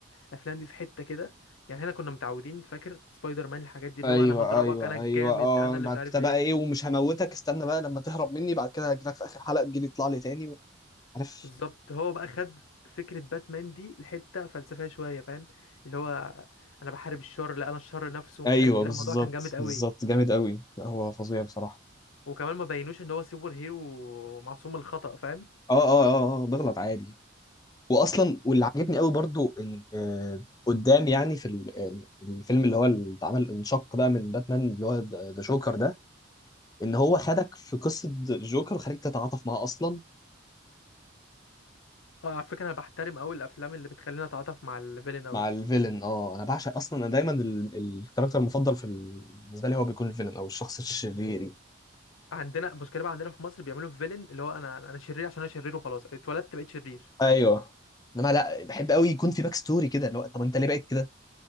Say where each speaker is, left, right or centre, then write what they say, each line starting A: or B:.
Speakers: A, on the left; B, on the left.
A: الافلام دي في حته كده يعني احنا كنا متعودين فاكر سبايدر مان الحاجات دي اللي
B: ايوه
A: هو انا هضربك
B: ايوه
A: انا الجامد
B: ايوه اه
A: انا اللي
B: بعد
A: مش عارف
B: كده بقى
A: ايه
B: ايه ومش هموتك استنى بقى لما تهرب مني بعد كده هجيلك في اخر حلقه تجيلي تطلع لي تاني عارف
A: بالظبط هو بقى خد فكره باتمان دي لحته فلسفيه شويه فاهم اللي هو انا بحارب الشر لا انا الشر نفسه ومش
B: ايوه
A: عارف ايه
B: بالظبط
A: لا الموضوع كان جامد قوي
B: بالظبط جامد قوي لا، هو فظيع بصراحه
A: وكمان ما بينوش ان هو سوبر هيرو معصوم الخطأ فاهم
B: اه اه اه آه، بغلط عادي واصلا واللي عجبني قوي برضو ان آه، قدام يعني في ال- آه، الفيلم اللي هو اللي اتعمل انشق بقى من باتمان اللي هو ذا جوكر ده ان هو خدك في قصه الجوكر وخليك تتعاطف معاه اصلا
A: اه على فكره انا بحترم قوي الافلام اللي بتخلينا نتعاطف مع الفيلن قوي
B: مع الفيلن اه انا بعشق اصلا انا دايما ال- الكاركتر المفضل في ال- بالنسبه لي هو بيكون الفيلن او الشخص الشرير يعني.
A: عندنا مشكله بقى عندنا في مصر بيعملوا الفيلن اللي هو انا انا شرير عشان انا شرير وخلاص اتولدت بقيت شرير
B: ايوه انما لا بحب قوي يكون في باك ستوري كده اللي هو طب انت ليه بقيت كده